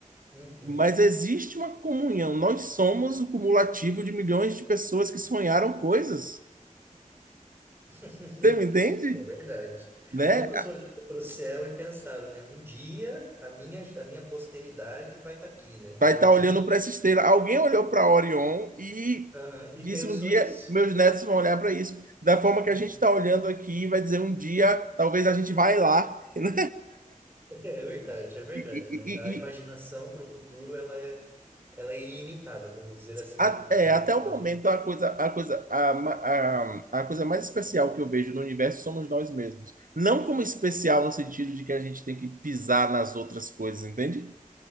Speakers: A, on the right; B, on the right.
A: Uhum.
B: Mas existe uma comunhão. Nós somos o cumulativo de milhões de pessoas que sonharam coisas.
A: <laughs>
B: Você me entende?
A: É verdade.
B: Né?
A: Quantos olharam para o céu e pensaram, né? Um dia a minha, a minha posteridade vai estar aqui, né?
B: vai
A: Um
B: estar
A: dia,
B: olhando para essa estrela. Alguém olhou para Orion e
A: aham, e
B: disse
A: pensou
B: um dia,
A: isso.
B: meus netos vão olhar para isso. Da forma
A: Hum.
B: que a gente está
A: <laughs>
B: olhando aqui, vai dizer um dia, talvez a gente vai lá. <laughs> né?
A: É verdade, é verdade,
B: E,
A: né?
B: e- e-
A: A imaginação
B: e
A: para o futuro, ela é Ela é ilimitada, vamos dizer assim,
B: a-
A: daquilo
B: é,
A: que a
B: até
A: gente
B: o
A: pode.
B: momento, a coisa, a coisa, a, ma- a, a coisa mais especial que eu vejo no universo somos nós mesmos. Não como especial no sentido de que a gente tem que pisar nas outras coisas, entende?